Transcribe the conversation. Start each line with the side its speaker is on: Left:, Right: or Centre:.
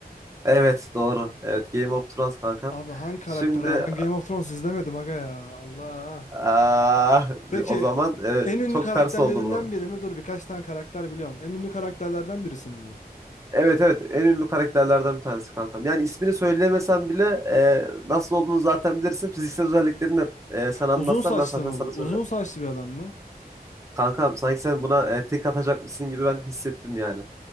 Right: Evet doğru. Evet Game of Thrones kankam.
Left: Abi hangi karakter
Right: Şimdi
Left: ama ben Game of Thrones izlemedim aga ya. Allah.
Right: Ah,
Left: Peki
Right: o zaman e,
Left: en ünlü
Right: çok
Left: karakterlerinden
Right: ters oldu bu.
Left: biri mi? Dur birkaç tane karakter biliyorum. En ünlü karakterlerden birisi mi bu?
Right: Evet evet en ünlü karakterlerden bir tanesi kankam. Yani ismini söylemesem bile e, nasıl olduğunu zaten bilirsin. Fiziksel özelliklerini de e, sana anlatsam
Left: Uzun saçlı
Right: ben zaten
Left: mı
Right: sana
Left: bu?
Right: söylerim.
Left: Uzun saçlı bir adam mı?
Right: Kankam sanki sen buna e, tek atacakmışsın gibi ben hissettim yani.